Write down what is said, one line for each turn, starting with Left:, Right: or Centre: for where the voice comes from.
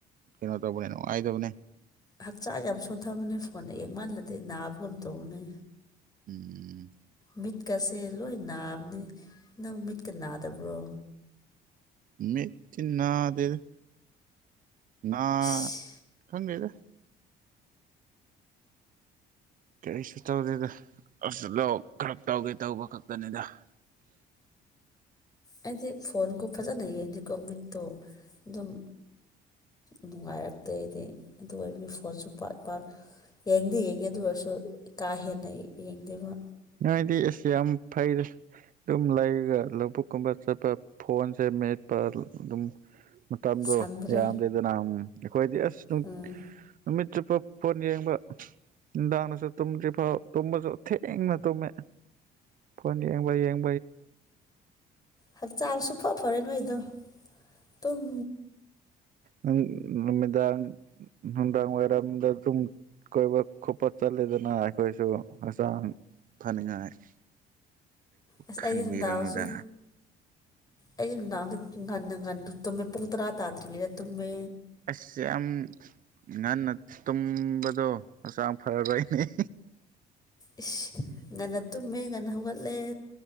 Right: ꯀꯩꯅꯣ ꯇꯧꯕꯅꯦ ꯅꯨꯡꯉꯥꯏꯇꯕꯅꯦ
Left: ꯍꯛꯆꯥꯡ ꯌꯥꯝ ꯁꯣꯟꯊꯕꯅꯦ ꯐꯣꯟ ꯌꯦꯡꯃꯥꯜꯂꯗꯤ ꯅꯥꯕꯒꯨꯝ ꯇꯧꯕꯅꯦ
Right: ꯎꯝ
Left: ꯃꯤꯠꯀꯁꯦ ꯂꯣꯏ ꯅꯥꯕꯅꯤ ꯅꯪ ꯃꯤꯠꯀ ꯅꯥꯗꯕ꯭ꯔꯣ
Right: ꯃꯠꯇꯤ ꯅꯥꯗꯦꯗ ꯅꯥ
Left: ꯏꯁ
Right: ꯈꯪꯗꯦꯗ ꯀꯔꯤꯁꯨ ꯇꯧꯗꯦꯗ ꯑꯁ ꯂꯣꯛ ꯀꯔꯞ ꯇꯧꯒꯦ ꯇꯧꯕ ꯈꯛꯇꯅꯤꯗ <inaudible>
Left: ꯑꯩꯗꯤ ꯐꯣꯟꯀꯥ ꯐꯖꯅ ꯌꯦꯡꯉꯗꯤꯀꯣ ꯃꯤꯠꯇꯣ ꯑꯗꯨꯝ ꯅꯨꯡꯉꯥꯏꯔꯛꯇꯦ ꯑꯩꯗꯤ ꯑꯗꯨ ꯑꯣꯏꯕꯒꯤ ꯐꯣꯟꯁꯨ ꯄꯥꯛ ꯄꯥꯛ ꯌꯦꯡꯗꯤ ꯌꯦꯡꯉꯦ ꯑꯗꯨ ꯑꯣꯏꯔꯁꯨ ꯀꯥ ꯍꯦꯟꯅ ꯌꯦꯡꯗꯦꯕ
Right: ꯅꯣꯏꯗꯤ ꯑꯁ ꯌꯥꯝ ꯐꯩꯗꯥ ꯑꯗꯨꯝ ꯂꯩꯒ ꯂꯧꯕꯨꯛ ꯀꯨꯝꯕ ꯆꯠꯄ ꯐꯣꯟꯁꯦ ꯃꯦꯠꯄ ꯑꯗꯨꯝ ꯃꯇꯝꯗꯣ
Left: ꯁꯪꯗ꯭ꯔꯦ
Right: ꯌꯥꯝꯗꯦꯗꯅ ꯎꯝ ꯑꯩꯈꯣꯏꯗꯤ ꯑꯁ
Left: ꯎꯝ
Right: ꯅꯨꯃꯤꯠ ꯆꯨꯞ ꯐꯣꯟ ꯌꯦꯡꯕ ꯅꯨꯡꯗꯥꯡꯗꯁꯨ ꯇꯨꯝꯗ꯭ꯔꯤ ꯐꯥꯎ ꯇꯨꯝꯃꯁꯨ ꯊꯦꯡꯅ ꯇꯨꯝꯃꯦ ꯐꯣꯟ ꯌꯦꯡꯕ ꯌꯦꯡ
Left: ꯍꯛꯆꯥꯡ ꯁꯨꯐ ꯐꯔꯣꯢ ꯅꯣꯏꯗꯣ ꯇꯨꯝ
Right: ꯅꯪ ꯅꯨꯃꯤꯗꯥꯡ ꯅꯨꯡꯗꯥꯡ ꯋꯥꯢꯔꯝꯗꯥ ꯑꯗꯨꯝ ꯀꯣꯏꯕ ꯈꯣꯠꯄ ꯆꯠꯂꯦꯗꯅ ꯑꯩꯈꯣꯏꯁꯨ ꯍꯛꯆꯥꯡ ꯐꯅꯤꯡꯉꯥꯏ <inaudible>
Left: ꯑ꯭ꯁ
Right: ꯈꯟꯕꯤꯔꯨꯅꯨꯗ
Left: ꯑꯩꯗꯤ ꯅꯨꯡꯗꯥꯡꯁꯨ ꯑꯩꯗꯤ ꯅꯨꯡꯗꯥꯡꯗ ꯉꯟꯅ ꯉꯟꯅ ꯇꯨꯝꯃꯦ ꯄꯨꯡ ꯇꯔꯥ ꯇꯥꯗ꯭ꯔꯤꯉꯩꯗ ꯇꯨꯝꯃꯦ
Right: ꯑꯁ ꯌꯥꯝ ꯉꯟꯅ ꯇꯨꯝꯕꯗꯣ ꯍꯛꯆꯥꯡ ꯐꯔꯣꯏꯅꯦ <unintelligible>
Left: ꯏꯁ ꯉꯟꯅ ꯇꯨꯝꯃꯦ ꯉꯟꯅ ꯍꯧꯒꯠꯂꯦ